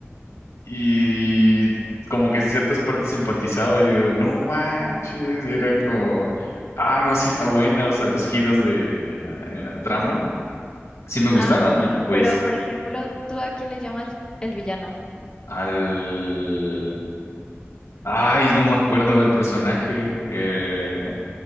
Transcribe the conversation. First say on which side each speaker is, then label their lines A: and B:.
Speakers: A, on the left (about 80°); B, on the left (about 20°).
A: Y como que en ciertas partes empatizaba y digo, no manches, y era como, ah, no, sí está buena, o sea, los giros de, en la, en la trama, sí me gustaron
B: Ah,
A: y pues
B: pero por ejemplo, ¿tú a quién le llamas el villano?
A: al... Ay, no me acuerdo el personaje eh,